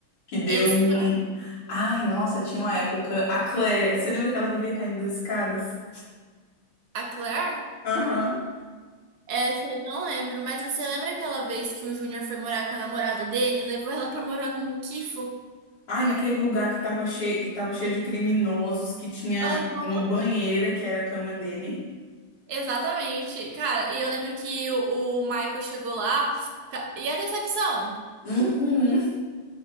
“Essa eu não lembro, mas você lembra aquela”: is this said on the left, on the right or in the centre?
Right